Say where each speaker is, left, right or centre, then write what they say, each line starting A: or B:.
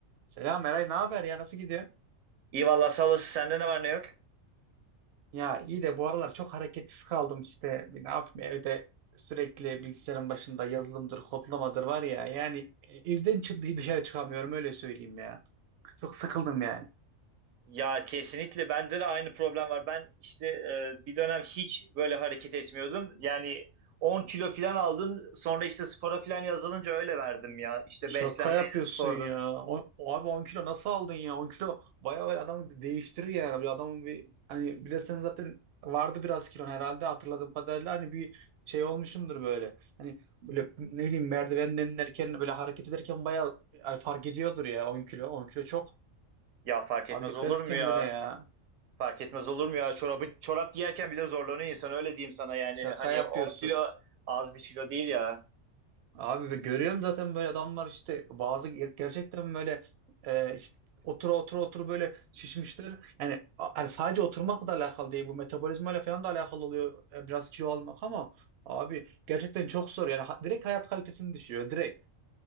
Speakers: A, on the right; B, on the right.
A: Selam Eray, ne haber ya? Nasıl gidiyor?
B: İyi valla sağolasın. Sende ne var ne yok?
A: Ya iyi de bu aralar çok hareketsiz kaldım işte. Ne yapayım evde sürekli bilgisayarın başında yazılımdır, kodlamadır var ya. Yani e, evden çıktı dışarı çıkamıyorum öyle söyleyeyim ya. Çok sıkıldım yani.
B: Ya kesinlikle bende de aynı problem var. Ben işte e, bir dönem hiç böyle hareket etmiyordum. Yani 10 kilo falan aldım. Sonra işte spora falan yazılınca öyle verdim ya. İşte
A: Şaka
B: beslenmeydi,
A: yapıyorsun
B: spordu.
A: ya. O, o abi 10 kilo nasıl aldın ya? 10 kilo bayağı bayağı adamı değiştirir yani. Bir adamın bir hani bir de senin zaten vardı biraz kilon herhalde hatırladığım kadarıyla hani bir şey olmuşumdur böyle. Hani böyle ne bileyim merdivenden inerken böyle hareket ederken bayağı yani fark ediyordur ya 10 kilo. 10 kilo çok.
B: Ya fark etmez
A: Abi dikkat
B: olur
A: et
B: mu
A: kendine
B: ya?
A: ya.
B: Fark etmez olur mu ya? Çorabı, çorap giyerken bile zorlanıyor insan öyle diyeyim sana yani.
A: Şaka
B: Hani
A: yapıyorsun.
B: 10 kilo az bir kilo değil ya.
A: Abi ben görüyorum zaten böyle adamlar işte bazı ger- gerçekten böyle e, işte otura otura otur böyle şişmişler. Yani, a- yani sadece oturmakla da alakalı değil bu metabolizmayla falan da alakalı oluyor e, biraz kilo almak ama abi gerçekten çok zor yani ha- direkt hayat kalitesini düşürüyor direkt.